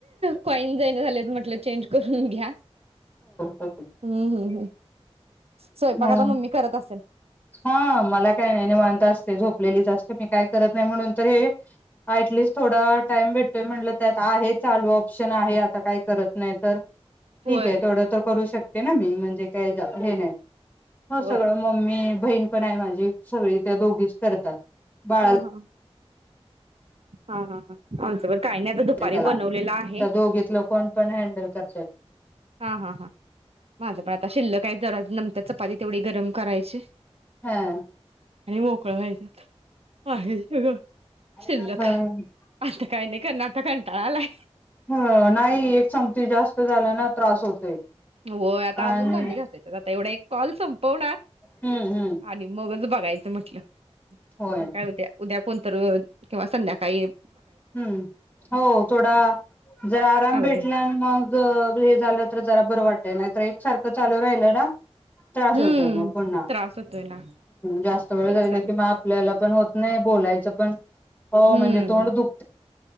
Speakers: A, on the right; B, on the left.
A: कॉईन जाईना झाल्यात म्हटल चेंज करून घ्या.
B: हो
A: हम्म हम्म हम्म स्वयंपाक
B: हो
A: आता मम्मी करत असल.
B: हा मला काय नाही निवांत असते झोपलेलीच असते मी काय करत नाही म्हणून तर हे ॲटलिस्ट थोडावेळ टाइम भेटतोय म्हटलं त्यात आहे चालू शन आहे आता काय करत नाही तर ठीक
A: होय
B: आहे तेवढं तर करू शक ना मी म्हणजे काय हे नाही हो
A: होय
B: सगळ ममी बहीण पण आहे माझी सगळी त्या दोघीच करतात. बाळाला
A: ह ह हा हा हा आमच पण काही नाही आता दुपारी
B: दे त्याला
A: बनवलेलं आहे
B: तर दोघीतलं कोण पण हँडल करत्यात.
A: हा हा हा माझं पण आता शिल्लकाय. जरा नंतर चपाती तेवढी गरम करायची
B: ह
A: आणि मोकळ व्हायच आहे सगळ शिल्लक
B: ह
A: आता काय नाही करणार अता कंटाळा आलाय.
B: ह नाही एक संगती जास्त झाल्या ना त्रास होतोय.
A: होय आता
B: आणि
A: अजून भांडी घासायची आता एवढे एक कॉलस संप तो नॅप
B: हम्म हम्म
A: आणि मगच बघायचं. म्हटलं
B: होय
A: मग काय उद्या. उद्या कोणतर किंवा संध्या काही
B: ह्म हो थोडा जरा आराम
A: अवेलेबल
B: भेटला आणि मग हे झालं तर जरा बरं वाट नाहीतर एक सारखं चालू राहिल ना त्रास
A: हम्म
B: होतोय मग पुन्हा
A: त्रास होतोय ना
B: जास्त वेळ
A: एकसारखं
B: जाल कि म आपल्याला पण होत नाही बोलायचं. पण हो
A: हम्म
B: म्हणजे तोंड दुख